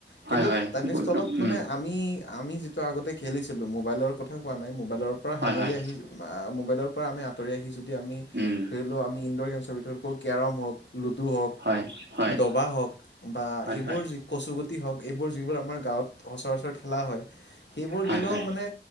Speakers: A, on the right; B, on the left.
A: হয়
B: কিন্তু
A: হয়
B: তেনেস্থলত
A: উম
B: মানে আমি - আমি যিটো আগতে খেলিছিলোঁ মোবাইলৰ কথা কোৱা নাই ম বাইলৰ পৰা
A: হয়
B: সাঙুৰি
A: হয়
B: আহি আ মোবাইলৰ পৰা আমি আতৰি আহি যদ দি আমি
A: উম
B: ধৰি লও আমি ইনডোৰ গেমছ ছৰ ভিতৰতকো কেৰম হওক লুডু হওক,
A: হয় হয়
B: দবা হওক বা
A: হয়
B: এইবোৰ
A: হয়
B: যি কচুগুট টি হওক এইবোৰ যিবোৰ আমাৰ গাঁৱত সচৰাচৰ খেলা হয়, সেইবোৰ
A: হয়,
B: গেলেও
A: হয়,
B: মানে